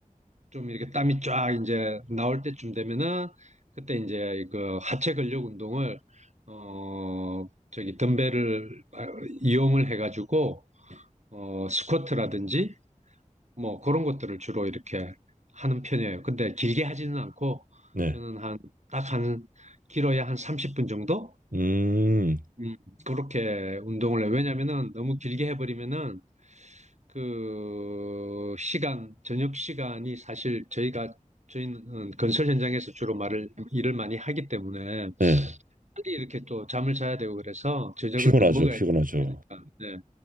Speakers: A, on the right (about 55°); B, on the right (about 80°).
A: 좀 이렇게 땀이 쫙 이제 나올 때쯤 되면은 그때 이제 그 하체 근력 운동을 어 저기 덤벨을 아, 이용을 해가지고 어 스쿼트라든지 뭐 그런 것들을 주로 이렇게 하는 편이에요. 근데 길게 하지는 않고
B: 네.
A: 저는 한 딱 한 길어야 한 30분 정도
B: 음,
A: 음, 그렇게 운동을 해요. 왜냐면은 너무 길게 해버리면은 그 시간, 저녁 시간이 사실 저희가 저희는 건설 현장에서 주로 말을 일을 많이 하기 때문에
B: 네.
A: 빨리 이렇게 또 잠을 자야 되고 그래서 저녁을
B: 피곤하죠,
A: 또 먹어야
B: 피곤하죠.
A: 되고 그러니까 네.